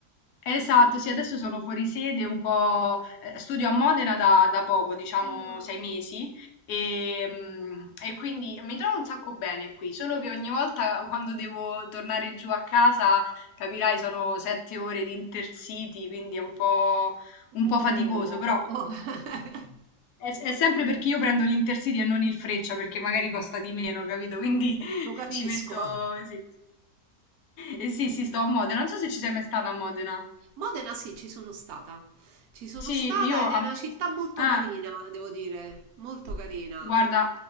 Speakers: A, on the left (about 70°); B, on the right (about 75°).
A: Esatto, sì, adesso sono fuori sede un po', ehm, studio a Modena da da poco, diciamo
B: Ah,
A: 6 mesi, ehm, e quindi mi trovo un sacco bene qui, solo che ogni volta quando devo tornare giù a casa, capirai, sono 7 ore di Intercity, quindi è un po'
B: Oh,
A: un po' faticoso, però
B: <laughs>
A: è s è sempre perché io prendo l'Intercity e non il Freccia, perché magari costa di meno, capito? Quindi <laughs>
B: lo capisco.
A: ci metto sì. Eh sì, sì, sto a Modena, non so se ci sei mai stata a Modena.
B: Modena sì, ci sono stata. Ci sono
A: Sì,
B: stata
A: io... a-
B: ed è una città molto
A: Ah,
B: carina, devo dire, molto carina.
A: guarda,